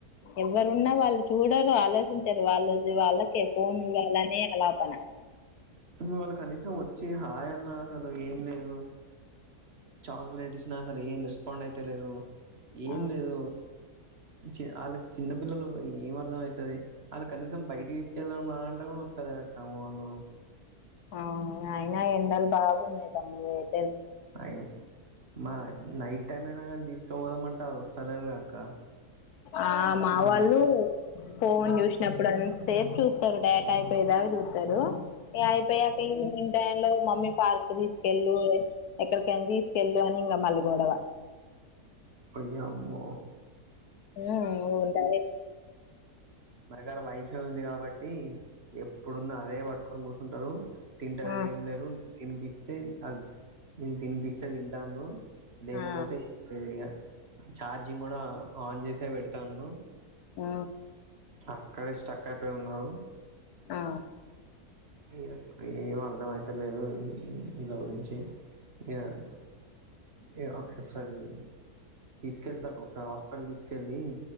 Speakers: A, on the left; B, on the right.
A: ఎవ్వరున్నా వాళ్ళు చూడరు ఆలోచించరు వాళ్ళు వాళ్ళకే ఫోన్ <unintelligible> ఆలాపన
B: వాళ్ళు కనీసం వచ్చి హాయ్ అన్నా అసలు ఏం లేదు చాక్లెట్ ఇచ్చిన సరే ఏం రెస్పాండ్ అయితే లేరు ఏం
A: ఆ
B: లేదు చి వాళ్ళకి చిన్న పిల్లలు ఏం అర్థం అయితది వాళ్ళు కనీసం బయటకి తీసుకెళ్ళం రాంట కూడా వస్తారు కామ్మ వాళ్ళు
A: ఆ అయిన ఎండలు బాగున్నాయి తమ్ముడు ఎట్
B: అయి మ నైట్ టైం అయినా కానీ తీసుకుపోదామంటే అది వస్తలేదు అక్క
A: ఆ మా
B: అమ్మో
A: వాళ్ళు ఫోన్ చూసినప్పుడు అంత సేపు చూస్తరు డేట అయిపోయే దాక చూస్తరు ఇగ ఆయిపోయాక <unintelligible> టై లో మమ్మీ పార్క్ తీసుకెళ్ళు ఎక్కడికైన తీసుకెళ్ళు అని ఇంగ మల్లిగొడవ
B: ఓయమ్మో
A: ఉ ఉండాలి
B: మాదగ్గర వైఫై ఉంది కాబట్టి ఎప్పుడున్న అదే పట్టుకొని కూర్చుంటరు తింటలేది
A: ఆ
B: ఏం లేరు తినిపిస్తే అది నేను తినిపిస్తే తింటాడ్రు లేకపోతే
A: ఆ
B: ఏం లేదు ఇగ చార్జింగ్ కూడా ఆన్ చేసే పెడతాడ్రు
A: ఆ
B: అక్కడే స్టక్ అయిపోయి ఉన్నారు
A: ఆ
B: ఇగసలు ఏం అర్ధంయితేలేదు ఇలా గురించి యద ఇగ ఒకసారి తీసుకెళ్తాకు ఒకసారి హాస్పిటల్ తీసుకెలి